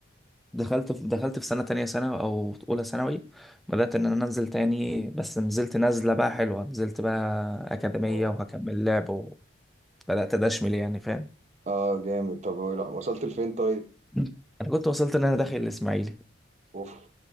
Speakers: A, in the centre; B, on the right (about 35°).
A: دخلت في دخلت في سنة تانية سنة أو أولى ثانوي بدأت إن أنا أنزل تاني بس نزلت نزلة بقى حلوة نزلت بقى أكاديمية
B: اه
A: وهكمل لعب وبدأت أدشمل يعني فاهم
B: اه جامد طب لا، وصلت لفين طيب
A: <laughs> أنا كنت وصلت إن أنا داخل الإسماعيلي
B: اوف